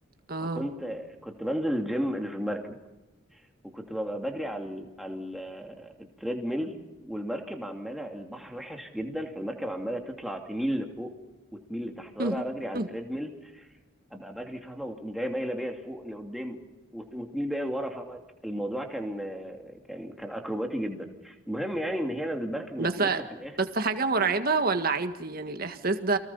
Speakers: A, on the right; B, in the centre.
A: آه.
B: فكنت كنت بنزل الجيم اللي في المركب وكنت ببقى بجري على ال على ال- التريد ميل والمركب عماله البحر وحش جدا فالمركب عماله تطلع تميل لفوق وتميل لتحت وانا
A: <laughs>
B: بقى بجري على التريد ميل ابقى بجري فاهمه وتقوم جايه مايله بيا لفوق لقدام وت- وتميل بيا لورا فاهمه الموضوع كان كان كان اكروباتي جدا المهم يعني ان هنا المركب نزلتنا
A: بس
B: في الاخر
A: بس حاجة مرعبة ولا عادي يعني الإحساس ده